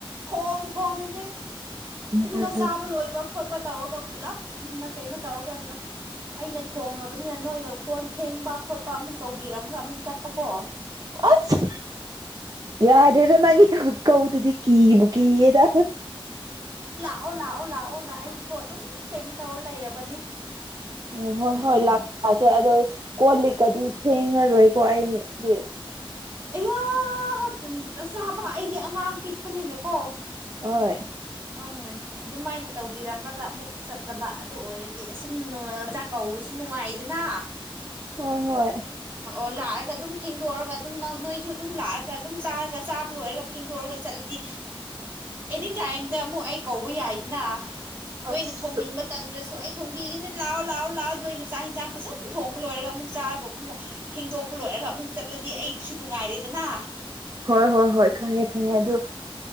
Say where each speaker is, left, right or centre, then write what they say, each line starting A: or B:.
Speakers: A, on the right (about 25°); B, on the right (about 40°).
A: ꯈꯣꯝ ꯈꯣꯝꯃꯤꯅꯦ
B: ꯎꯝ
A: ꯑꯗꯨꯒ
B: ꯎꯝ
A: ꯆꯥꯕ
B: ꯎꯝ
A: ꯂꯣꯏꯕ ꯈꯣꯠꯄ ꯇꯧꯔꯒ ꯄꯨꯂꯞꯅ ꯀꯩꯅꯣ ꯇꯧꯔꯒ ꯅ ꯑꯩꯅ ꯊꯣꯡꯉ꯭ꯔꯕꯅꯤꯅ ꯅꯣꯏꯅ ꯀꯣꯟ ꯐꯦꯡꯕ ꯈꯣꯠꯄ ꯑꯃꯨꯛ ꯇꯧꯕꯤꯔꯝꯃꯒ ꯑꯃꯨꯛ ꯆꯠꯄꯀꯣ
B: ꯑꯁ ꯌꯥꯗꯦꯗ ꯅꯪꯒꯤ ꯀꯧꯗꯗꯤ ꯀꯤꯕꯨ ꯀꯤꯌꯦꯗ
A: ꯑꯧ ꯂꯥꯛꯑꯣ ꯂꯥꯛꯑꯣ ꯅ ꯑꯩꯗꯤꯀꯣ ꯑꯗꯨꯝ ꯀꯩꯅꯣ ꯇꯧꯔ ꯂꯩꯔꯕꯅꯤ
B: ꯑ ꯍꯣꯏ
A: ꯎꯝ
B: ꯍꯣꯏ
A: ꯎꯝ
B: ꯂꯥꯛꯀꯦ ꯂꯥꯛꯀꯦ ꯑꯗꯣ ꯀꯣ ꯂꯤꯛꯀꯗꯤ ꯐꯦꯡꯉꯔꯣꯏ ꯀꯣ ꯑꯩꯗꯤ
A: ꯑꯌꯣ <unintelligible> ꯆꯥꯥꯕ ꯑꯩꯗꯤ ꯑꯉꯥꯡ ꯄꯤꯛꯄꯅꯤꯅꯀꯣ
B: ꯑꯣꯏ
A: ꯑꯪ ꯑꯗꯨꯃꯥꯏꯅ ꯇꯧꯕꯤꯔꯝꯂꯒ ꯑꯃꯨꯛ ꯆꯠꯇꯂꯕ ꯑꯗꯨ ꯑꯣꯏꯔꯗꯤ ꯑꯁꯨꯝ <unintelligible> ꯆꯥꯛ ꯀꯧꯕꯁꯨ ꯅꯨꯡꯉꯥꯏꯗꯅ
B: ꯍꯣꯏ ꯍꯣꯏ
A: ꯑꯣ ꯂꯥꯛꯑꯒ ꯑꯗꯨꯝ ꯐꯦꯡꯗꯣꯛꯑꯒ ꯑꯗꯨꯝ ꯅꯣꯏꯁꯨ ꯑꯗꯨꯝ ꯂꯥꯛꯑꯒ ꯑꯗꯨꯝ ꯆꯥꯔꯒ ꯆꯥꯕ ꯂꯣꯏꯔꯒ ꯐꯦꯡꯗꯣꯛꯑꯒ ꯆꯠꯂꯗꯤ ꯗꯤ ꯑꯦꯅꯤ ꯇꯥꯏꯝꯗ ꯑꯃꯨꯛ ꯑꯩ ꯀꯧꯕ ꯌꯥꯏꯗꯅ ꯅꯣꯏꯅ
B: ꯑꯁ
A: ꯊꯣꯡꯅꯤꯡꯕ ꯇꯟꯗ꯭ꯔꯁꯨ ꯑꯩ ꯊꯣꯡꯕꯤꯒꯅꯤ ꯂꯥꯛꯑꯣ ꯂꯥꯛꯑꯣ ꯂꯥꯛꯑꯣ ꯅꯣꯏꯅ ꯆꯥꯛ ꯌꯦꯟꯖꯥꯡ ꯐꯖꯅ ꯊꯣꯡꯕ ꯂꯣꯏꯔꯒ ꯑꯃꯨꯛ ꯆꯥꯔꯒ ꯐꯦꯡꯗꯣꯛꯄ ꯂꯣꯏꯔꯒ ꯑꯃꯨꯛ ꯆꯠꯂꯗꯤ ꯑꯩꯒꯤꯁꯨ ꯅꯨꯡꯉꯥꯏꯔꯦꯗꯅ
B: ꯍꯣꯏ ꯍꯣꯏ ꯍꯣꯏ ꯈꯪꯉꯦ ꯈꯪꯉꯦ ꯑꯗꯨ